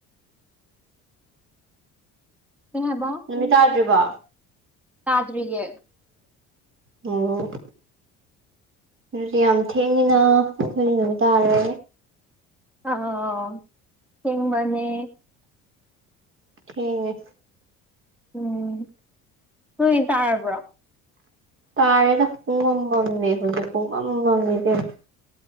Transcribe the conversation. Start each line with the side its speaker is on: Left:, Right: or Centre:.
Centre: ꯀꯩ ꯍꯥꯏꯕ
Right: ꯅꯨꯃꯤꯠ ꯇꯥꯗ꯭ꯔꯤꯕꯣ
Centre: ꯇꯥꯗ꯭ꯔꯤꯌꯦ
Right: ꯑꯣ ꯑꯗꯨꯗꯤ ꯌꯥꯝ ꯊꯦꯡꯉꯤꯅ ꯀꯣꯛꯇꯗꯤ ꯅꯨꯃꯤꯠ ꯇꯥꯔꯦ
Centre: ꯑꯥ ꯊꯦꯡꯕꯅꯦ
Right: ꯊꯦꯡꯉꯦ
Centre: ꯎꯝ ꯅꯣꯏꯗꯤ ꯇꯥꯔꯕ꯭ꯔꯣ
Right: ꯇꯥꯔꯦꯗ ꯄꯨꯡꯃꯝ ꯃꯝꯃꯦ ꯍꯧꯖꯤꯛ ꯄꯨꯡꯃꯝ ꯃꯝꯃꯦ ꯏꯕꯦꯝꯃ